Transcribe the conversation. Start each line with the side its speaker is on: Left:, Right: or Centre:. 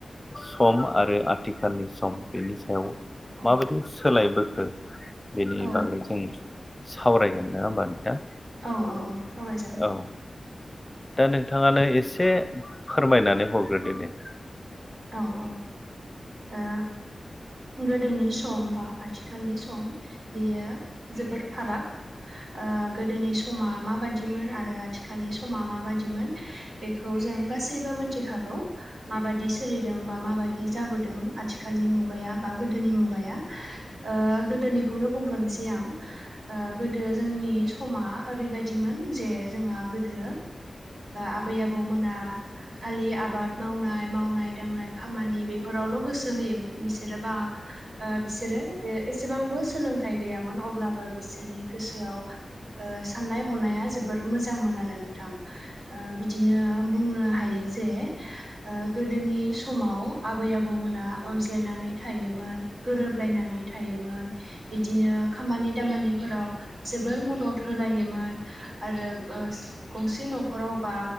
Left: सम आरो आथिखालनि सम। बेनि सायाव
Right: औ
Left: माबायदि सोलायबोखो बेनि
Right: औ
Left: बागै जों सावरायगोन नङा होमबा नोंथां?
Right: औ औ औ सावरायजागोन
Left: औ दा नोंथाङानो एसे फोरमायनानै हरग्रोदो दे।
Right: औ औ ओ गोदोनि सम बा आथिखालनि सम बेयो जोबोद फाराग। ओ गोदोनि समा माबादिमोन आरो आथिखालनि समा माबादिमोन बेखौ जों गासैबो मोनथिखागौ माबादि सोलिदों बा माबादि जाबोदों आथिखालनि मुगाया बा गोदोनि मुगाया। ओ गोदोनिखौनो बुंग्रोनोसै आं। ओ गोदो जोंनि समा ओरैबायदिमोन जे जोंहा गोदो आबै आबौ मोना खालि आबाद मावनाय मावनाय दांनाय खामानि बेफोरावल' गोसो होयोमोन बिसोरो बा ओ बिसोरो ओ एसेबांबो सोलोंथाइ गैयामोन अब्लाबो बिसोरनि गोसोआव ओ साननाय हनाया जोबोर मोजांमोन आरो नोंथां। ओ बिदिनो बुंनो हायो जे ओ गोदोनि समाव आबै आबौमोना अनज्लायनानै थायोमोन गोरोबलायनानै थायोमोन। बिदिनो खामानि दामानिफोराव जोबोर मदद होलायोमोन आरो ओस गंसे न'खरावबा